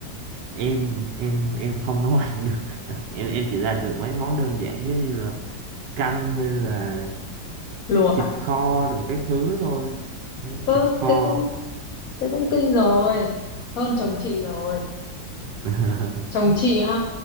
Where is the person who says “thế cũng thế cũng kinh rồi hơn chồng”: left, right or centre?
Left